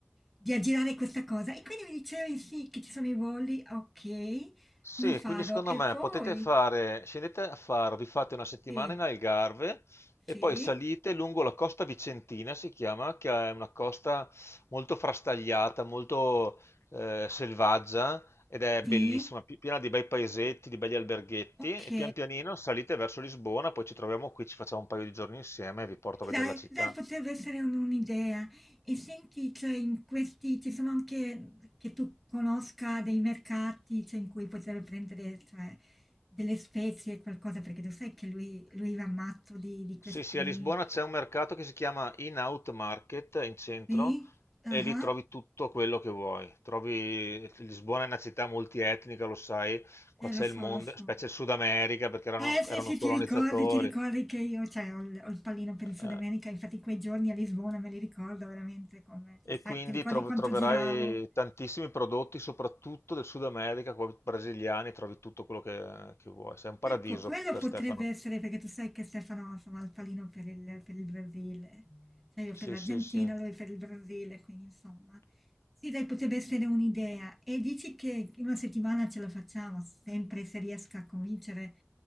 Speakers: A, in the centre; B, on the left (about 70°).
A: di aggirare questa cosa. E quindi mi dicevi sì, che ci sono i voli, ok,
B: Sì,
A: lo farò.
B: quindi secondo
A: E
B: me
A: poi,
B: potete fare, scendete a fare, vi fate una settimana
A: sì,
B: in Algarve e
A: sì,
B: poi salite lungo la costa vicentina, si chiama, che è una costa molto frastagliata, molto eh, selvaggia ed è
A: sì,
B: bellissima, pi- piena di bei paesetti, di belli alberghetti
A: ok.
B: e pian pianino salite verso Lisbona, poi ci troviamo qui, ci facciamo un paio di giorni insieme e vi porto
A: E
B: a vedere
A: Dai,
B: la città.
A: dai, potrebbe essere un- un'idea. E senti, cioè, in questi ci sono anche che tu conosca dei mercati, cioè, in cui potrebbe prendere, cioè, delle spezie e qualcosa, perché tu sai che lui, lui va matto di, di questi...
B: Sì, sì, a Lisbona c'è un mercato che si chiama In-Out Market in centro
A: Sì?
B: e
A: Ah,
B: lì trovi tutto quello che vuoi. Trovi... Lisbona è una città multietnica, lo sai, qua
A: Eh,
B: c'è
A: lo so,
B: il mondo,
A: lo so.
B: specie il Sud America perché erano,
A: Eh sì,
B: erano
A: sì,
B: colonizzatori.
A: ti ricordi, ti ricordi che io cioè, ho, il, ho il pallino per il Sud
B: eh,
A: America, infatti quei giorni a Lisbona me li ricordo veramente come, cioè,
B: e
A: sai,
B: quindi
A: ti ricordi
B: tro-
A: quanto
B: troverai
A: giravo?
B: tantissimi prodotti, soprattutto del Sud America, qua brasiliani, trovi tutto quello che, che vuoi. Sei un paradiso
A: Ecco, quello
B: per
A: potrebbe
B: Stefano.
A: essere perché tu sai che Stefano insomma, ha il palino per il, per il Brasile, cioè io
B: Sì,
A: per l'Argentina,
B: sì, sì.
A: lui per il Brasile, quindi insomma. Sì, dai, potrebbe essere un'idea. E dici che in una settimana ce la facciamo, sempre se riesco a convincere,